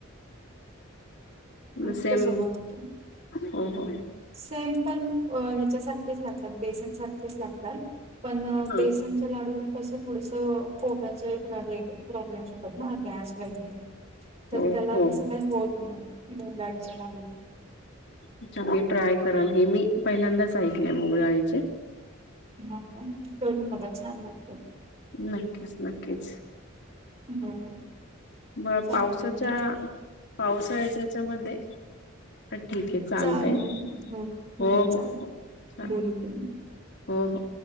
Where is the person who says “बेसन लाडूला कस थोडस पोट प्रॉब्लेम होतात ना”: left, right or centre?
Right